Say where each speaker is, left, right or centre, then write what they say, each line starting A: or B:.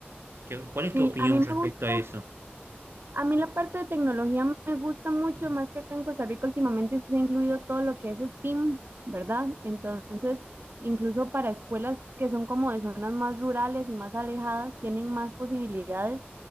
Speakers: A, on the right; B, on the right.
A: ¿Qué- cuál es
B: sí,
A: tu opinión
B: a mí me
A: respecto
B: gusta.
A: a eso?
B: A mí la parte de tecnología me gusta mucho, más que acá en Costa Rica últimamente se ha incluido todo lo que es STEAM, ¿verdad? Entonces, incluso para escuelas que son como de zonas más rurales y más alejadas, tienen más posibilidades